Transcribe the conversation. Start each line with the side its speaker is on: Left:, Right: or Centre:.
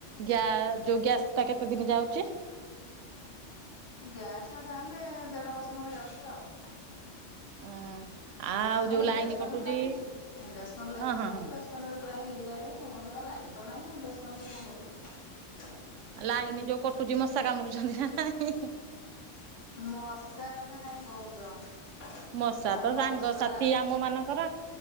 Right: ଗ୍ୟା ଯୋଉ ଗ୍ୟାସ ଟା କେତେ ଦିନ ଯାଉଚି?
Left: ଗ୍ୟାସ ଟା ଯାହାଲେ ଦେଢ ମାସ ଖଣ୍ଡେ ଯାଉଚି ଆଉ।
Right: ଉଁ।
Left: ହଁ
Right: ଆଉ ଯୋଉ
Left: ଇଣ୍ଡସ୍କନ
Right: ଲାଇନ କଟୁଛି
Left: ବି ଲାଗିଛି ଇଣ୍ଡସ୍କନ ଲାଗିଛି
Right: ହଁ ହଁ ହଁ।
Left: ଇଣ୍ଡସ୍କନ୍ ରେ ପ୍ରାୟ ହେଇଯାଏ ଆଉ ପ୍ରାୟ ଲାଈନ୍ ତ ନାଇଁ ଇଣ୍ଡକ୍ସନ ରେ କଣ କରିବୁ।
Right: ଲାଇନ ଯୋଉ କଟୁଚି ମଶା କାମୁଡୁଛନ୍ତି ନା ନାହିଁ ହିଁ ହିଁ।
Left: ମଶା କଥା କାଇଁ କହୁଚ।
Right: ମଶା
Left: ଆଉ
Right: ତ
Left: ମଶା
Right: ସାଙ୍ଗସାଥି ଆମ ମାନଙ୍କର।